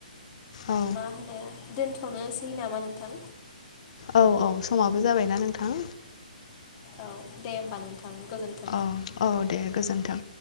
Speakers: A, on the left; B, on the left.
A: औ
B: मा होनो दोनथ'नोसै नामा नोंथां?
A: औ औ समाबो जाबायना नोंथां।
B: औ दे होमबा नोंथां गोजोन्थों।
A: अ अ दे गोजोन्थों।